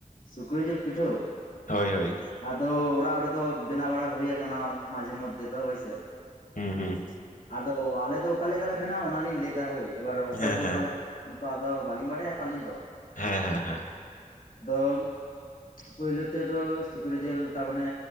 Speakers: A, on the left; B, on the left.
A: ᱥᱩᱠᱨᱤ ᱡᱮᱞ ᱯᱤᱴᱷᱟᱹ?
B: ᱦᱳᱭ ᱦᱳᱭ
A: ᱟᱫᱚ ᱚᱲᱟᱜ ᱨᱮᱫᱚ ᱵᱮᱱᱟᱣ ᱵᱟᱲᱟ ᱦᱳᱭ ᱟᱠᱟᱱᱟ ᱢᱟᱡᱷᱮ ᱢᱚᱫᱽᱫᱷᱮ ᱫᱚ, ᱦᱳᱭᱥᱮ᱾
B: ᱦᱩᱸ ᱦᱩᱸ᱾
A: ᱟᱫᱚ ᱟᱞᱮ ᱫᱚ ᱚᱠᱟᱞᱮᱠᱟᱞᱮ ᱵᱮᱱᱟᱣᱟ ᱚᱱᱟᱞᱤᱧ ᱞᱟᱹᱭ ᱮᱫᱟ ᱦᱳᱭ, ᱮᱵᱟᱨ ᱚᱠᱚᱭ
B: ᱦᱮᱸ
A: ᱫᱚ
B: ᱦᱮᱸ
A: ᱚᱠᱟᱞᱮ ᱛᱚ ᱟᱫᱚ ᱵᱟᱹᱞᱤᱧ ᱵᱟᱰᱟᱭᱟ ᱛᱚ ᱟᱹᱞᱤᱧ ᱫᱚ᱾
B: ᱦᱮᱸ ᱦᱮᱸ ᱦᱮᱸ᱾
A: ᱟᱫᱚ ᱯᱩᱭᱞᱳ ᱛᱮᱫᱚ ᱥᱩᱠᱨᱤ ᱡᱮᱞ, ᱛᱟᱢᱟᱱᱮ